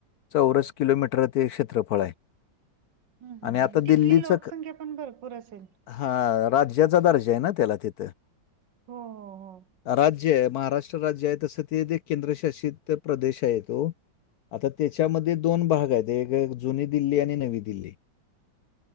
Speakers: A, on the left (about 70°); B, on the right (about 70°).
A: चौरस किलोमीटर ते क्षेत्रफळ आहे
B: हम्म हम्म
A: आणि आता
B: हम् तिथली
A: दिल्लीचं
B: लोकसंख्या
A: क-
B: पण भरपूर असेल
A: हा राज्याचा दर्जा आहे ना त्याला तिथं
B: हो हो
A: राज्य आहे महाराष्ट्र राज्य आहे तसं ते दे केंद्रशासित प्रदेश आहे तो आता त्याच्यामध्ये दोन भाग आहेत एक हाय जुनी दिल्ली आणि नवी दिल्ली